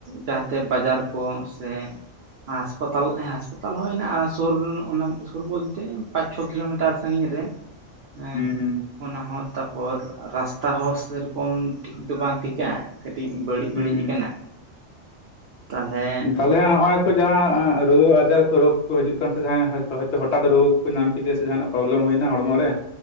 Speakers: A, on the right; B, on the left.
A: ᱡᱟᱦᱟᱛᱮ ᱵᱟᱡᱟᱨ ᱠᱚ ᱥᱮ ᱦᱟᱸᱟᱥᱯᱟᱛᱟᱞ ᱦᱟᱸᱟᱥᱯᱟᱛᱟᱞ ᱦᱚᱸ ᱦᱮᱱᱟᱜᱼᱟ ᱾ᱥᱩᱨ ᱚᱱᱟ ᱥᱩᱨ ᱵᱚᱞᱛᱮ ᱯᱟᱸᱪ ᱪᱷᱚ ᱠᱤᱞᱳᱢᱤᱴᱟᱨ ᱥᱟᱺᱜᱤᱧ ᱨᱮ᱾ <unintelligible> ᱦᱮᱸ
B: ᱦᱩᱸ ᱦᱩᱸ
A: ᱚᱱᱟ ᱦᱚᱸ ᱛᱟᱯᱚᱨ ᱨᱟᱥᱛᱟ ᱦᱚᱸ ᱥᱮᱨᱚᱠᱚᱢ ᱴᱷᱤᱠ ᱫᱚ ᱵᱟᱝ ᱴᱷᱤᱠᱟ᱾ ᱠᱟᱹᱴᱤᱡ ᱵᱟᱹᱲᱤᱡ
B: ᱦᱩᱸ
A: ᱵᱟᱹᱲᱤᱡ ᱟᱠᱟᱱᱟ ᱛᱟᱞᱦᱮ
B: ᱛᱟᱦᱚᱞᱮ ᱱᱚᱜ ᱚᱭ ᱠᱚ ᱡᱟᱦᱟᱸ ᱨᱩᱣᱟᱹ ᱟᱡᱟᱨ ᱠᱚ ᱨᱳᱜᱽ ᱠᱚ ᱦᱤᱡᱩᱜ ᱠᱟᱱ ᱥᱮ ᱡᱟᱦᱟᱸᱭ ᱦᱚᱭᱛᱳ ᱦᱚᱴᱟᱛ ᱨᱳᱜᱽ ᱠᱚ ᱧᱟᱢ ᱠᱮᱫᱮᱭᱟ ᱥᱮ ᱡᱟᱦᱟᱱᱟᱜ ᱯᱨᱚᱵᱞᱮᱢ ᱦᱩᱭᱱᱟ ᱦᱚᱲᱢᱚ ᱨᱮ